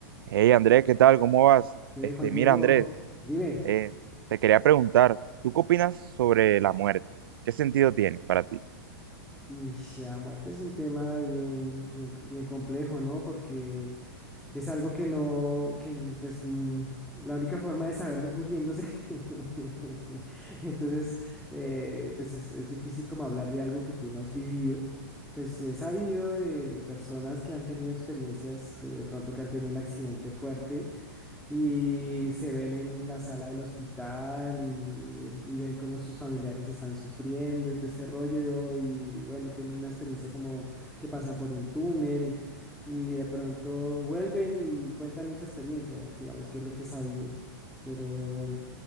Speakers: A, on the right (about 75°); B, in the centre.
A: Hey Andrés, ¿qué tal? ¿Cómo vas?
B: Eh,
A: Este,
B: Juan Diego,
A: mira Andrés,
B: dime,
A: eh, te quería preguntar, ¿tú qué opinas sobre la muerte? ¿Qué sentido tiene para ti?
B: y la muerte es un tema bien, bien, bien complejo, ¿no? Porque es algo que no, que n- pues n- la única forma de saberlo es muriéndose. <laughs> Entonces, eh, pues es, es difícil como hablar de algo que tú no has vivido. Pues he sabido de, de personas que han tenido experiencias, eh, de pronto que han tenido un accidente fuerte y se ven en la sala del hospital y, y ven cómo sus familiares están sufriendo y todo este rollo y bueno, tienen una experiencia como que pasan por un túnel y de pronto vuelven y cuentan esa experiencia, digamos que es lo que he sabido. Pero,